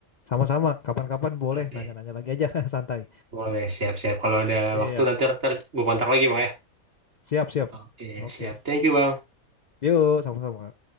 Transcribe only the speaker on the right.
Oke,
boleh siap-siap. Kalau ada
waktu nanti, nanti gue kontak lagi Bang. ya.
Oke,
siap. Thank you, Bang.